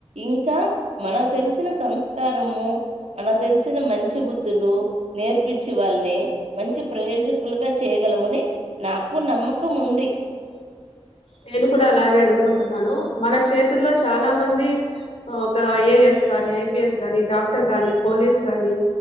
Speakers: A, on the right; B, on the left.
A: ఇంకా మనకు తెలిసిన సంస్కారము మనకు తెలిసిన మంచి బుద్ధులు నేర్పించి వాళ్ళని మంచి ప్రయోజకులుగా చేయగలమని నాకు నమ్మకం ఉంది
B: నేను కూడా అలాగే అనుకుంటున్నాను మన చేతుల్లో చాలా మంది ఒక ఐఏఎస్ కానీ ఐపిఎస్ కాని డాక్టర్ గాని పోలీస్ కాని